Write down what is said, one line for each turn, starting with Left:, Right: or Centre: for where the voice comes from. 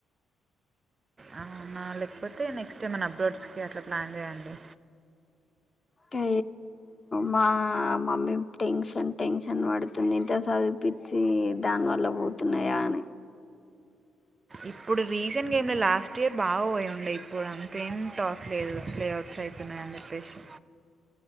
Right: అ నా లేకపోతే నెక్స్ట్మన అబ్రోడ్స్కి అట్లా ప్లాన్ చేయండి
Left: ట మా మమ్మీ టెన్షన్ టెన్షన్ పడుతుంది ఇంత చదిపించి దాని వల్ల పోతున్నాయా అని
Right: ఇప్పుడు రీసెంట్ గేమ్లు లాస్ట్ ఇయర్ బాగా పోయి ఉండే ఇప్పుడు అంతేం టాక్ లేదు ప్లేఅవుట్స్ అవుతున్నాయని చెప్పేసి